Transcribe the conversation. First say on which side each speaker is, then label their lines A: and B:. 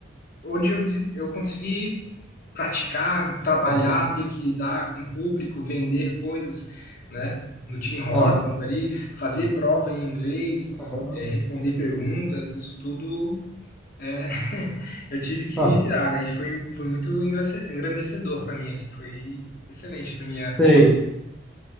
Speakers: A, on the left; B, in the centre.
A: onde eu, des- eu consegui praticar, trabalhar,
B: Aham.
A: ter que lidar com o público, vender coisas, né? No Tim Hortons
B: Aham.
A: ali, fazer prova em inglês,
B: Aham.
A: eh, responder perguntas, isso tudo eh, <laughs> eu tive que
B: Aham.
A: me virar, né? E foi, foi muito engrandece- engrandecedor para mim, assim, foi excelente para minha formação.
B: Sei.